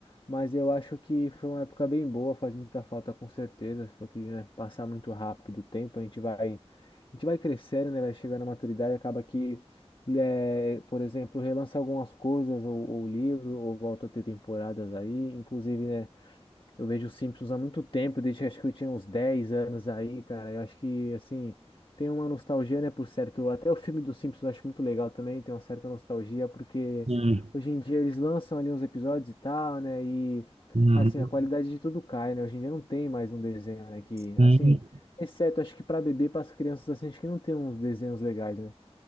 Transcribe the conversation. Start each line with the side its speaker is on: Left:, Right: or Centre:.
Left: Mas eu acho que foi uma época bem boa, faz muita falta com certeza, porque, né, passar muito rápido o tempo, a gente vai, a gente vai crescendo, né, vai chegando à maturidade, acaba que, eh, por exemplo, relança algumas coisas, ou, ou livro, ou volta a ter temporadas aí, inclusive, né, eu vejo os Simpsons há muito tempo, desde acho que eu tinha uns 10 anos aí, cara. Eu acho que, assim, tem uma nostalgia, né, por certo. Até o filme dos Simpsons eu acho muito legal também, tem uma certa nostalgia, porque
Right: hum,
Left: hoje em dia eles lançam ali uns episódios e tal, né, e,
Right: uhum,
Left: assim, a qualidade de tudo cai, né. Hoje em dia não tem mais um desenho, né, que,
Right: hum.
Left: assim, exceto acho que para bebê, para as crianças, assim, acho que não tem uns desenhos legais, né.